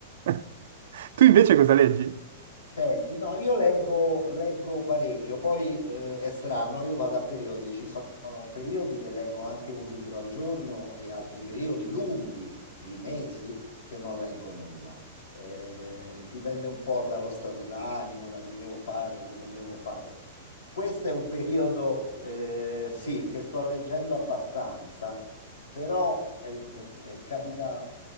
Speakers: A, on the right; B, on the left.
A: <laughs> Tu invece cosa leggi?
B: Senti, no, io leggo, leggo parecchio, poi eh, è strano, io vado a periodi, ci sono periodi che leggo anche un libro al giorno e altri periodi lunghi, di mesi, che non leggo nulla. Eh, dipende un po' dallo stato d'animo, da che devo fare, che non devo fare. Questo è un periodo, eh, sì, che sto leggendo abbastanza però eh, eh, eh, capita,